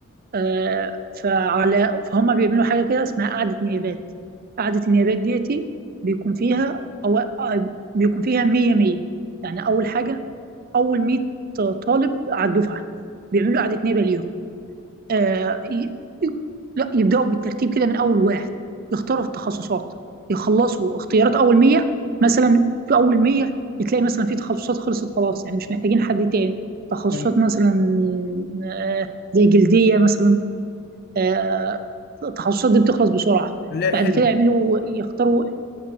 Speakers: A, on the right; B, on the left.
A: آه، فعلى فهم بيعملوا حاجة كده اسمها قعدة نيابات قعدة النيابات ديتي بيكون فيها أو آه، بيكون فيها مية مية يعني أول حاجة أول مية طالب على الدفعة بيعملوا قعدة نيابة ليهم آه، ي- ي- لا يبدأوا بالترتيب كده من أول واحد يختاروا في التخصصات يخلصوا اختيارات أول مية مثلا في أول مية بتلاقي مثلا في تخصصات خلصت خلاص يعني مش محتاجين حد تاني تخصصات
B: تمام
A: مثلا آه، زي جلدية مثلا آه، التخصصات دي بتخلص بسرعة
B: اللي هي الحلوة
A: بعد كده يعملوا يختاروا